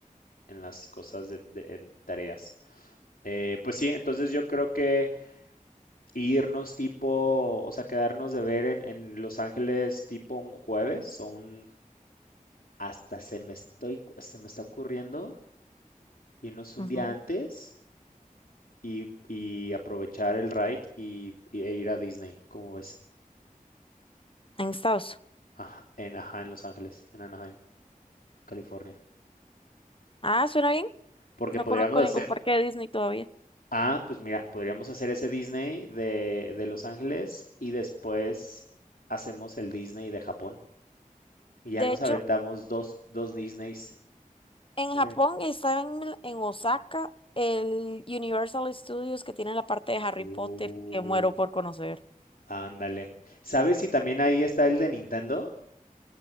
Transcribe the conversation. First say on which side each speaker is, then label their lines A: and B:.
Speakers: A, on the left (about 80°); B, on the left (about 40°).
A: en las cosas de, de- en tareas. Eh, pues sí, entonces yo creo que irnos tipo, o sea, quedarnos de ver en, en Los Ángeles tipo un jueves o un, hasta se me estoy, se me está ocurriendo irnos un
B: Ujú.
A: día antes y, y aprovechar el ride y, y- e ir a Disney, como ves,
B: En Estados.
A: Aj- en, ajá, en Los Ángeles, en Anaheim, California.
B: Ah, suena bien.
A: Porque
B: No
A: podríamos
B: conozco
A: hacer,
B: ningún parque de Disney todavía.
A: Ah, pues mira, podríamos hacer ese Disney de, de Los Ángeles y después hacemos el Disney de Japón. Y ya
B: De
A: nos
B: hecho,
A: aventamos dos, dos Disneys.
B: en
A: Eh,
B: Japón estaba en, Mil- en Osaka el Universal Studios que tiene la parte de Harry
A: Uh,
B: Potter que muero por conocer.
A: ándale. ¿Sabes si también ahí está el de Nintendo?